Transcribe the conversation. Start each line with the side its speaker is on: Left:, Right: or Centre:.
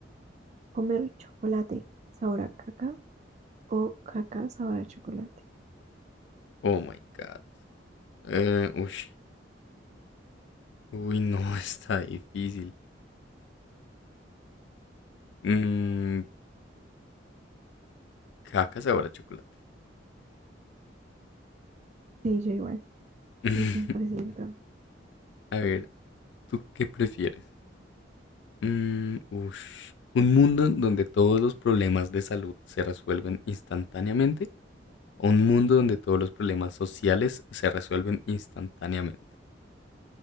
Right: ¿Comer chocolate sabor a caca o caca sabor a chocolate?
Left: Oh my god. Eh, ush. Uy, <laughs> no, está difícil. Mm, caca sabor a chocolate.
Right: Sí, yo igual.
Left: <laughs>
Right: Sí, cien por ciento
Left: A ver, ¿tú qué prefieres? Mm, ush. ¿Un mundo en donde todos los problemas de salud se resuelven instantáneamente? ¿O un mundo donde todos los problemas sociales se resuelven instantáneamente?